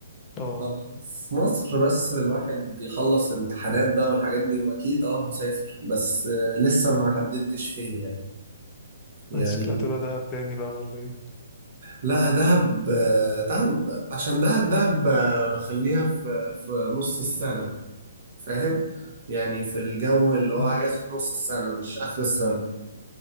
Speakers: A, on the left (about 20°); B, on the right (about 45°).
A: آه
B: طب في مصر بس الواحد يخلص امتحانات بقى والحاجات دي واكيد اه هسافر بس آه، لسه ما حددتش فين يعني يعني
A: شكلها تبقى دهب تاني بقى ولا إيه؟
B: لا دهب آه، دهب عشان دهب دهب آه، بخليها في في نص السنة فاهم يعني في الجو اللي هو
A: مم.
B: اجازة نص السنة مش اخر السنة